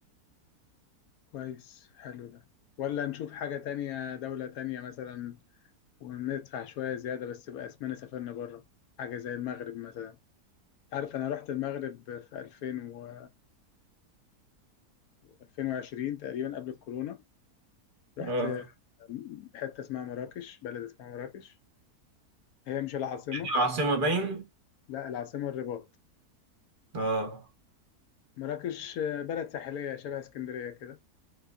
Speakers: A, on the left; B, on the right.
A: كويس حلو ده ولا نشوف حاجة تانية دولة تانية مثلا وندفع شوية زيادة بس يبقى اسمنا سافرنا بره حاجة زي المغرب مثلا أنت عارف أنا رحت المغرب في 2000 و 2020 تقريبا قبل الكورونا رحت
B: اه
A: حتة اسمها مراكش بلد اسمها مراكش هي مش العاصمة
B: دي العاصمة باين
A: لا العاصمة الرباط
B: اه
A: مراكش بلد ساحلية شبه اسكندرية كده